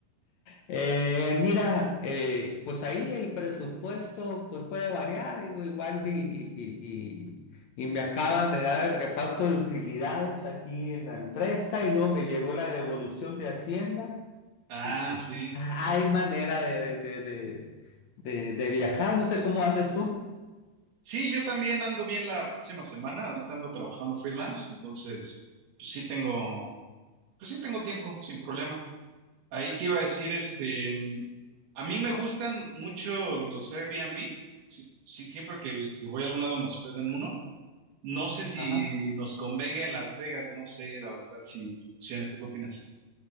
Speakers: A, on the left (about 65°); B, on the right (about 85°).
A: eh, mira, eh, pues ahí el presupuesto pues puede variar, digo, igual y, y- y- y- y me acaban de dar el reparto de utilidades aquí en la empresa y luego me llegó la devolución de Hacienda
B: Ah,
A: y pues
B: sí.
A: hay manera de, de, de, de, de- de viajar, no sé cómo andes tú.
B: Sí, yo también ando bien la próxima semana. Ahorita ando trabajando freelance, entonces, pues sí tengo, pues sí tengo tiempo, sin problema. Ahí te iba a decir, este, mm, a mí me gustan mucho los Airbnb. Sí, sí, siempre que, que voy a algún lado me hospedo en uno. No sé si
A: Ajá.
B: nos convenga en Las Vegas, no sé, la verdad, si funciona. ¿Tú qué opinas?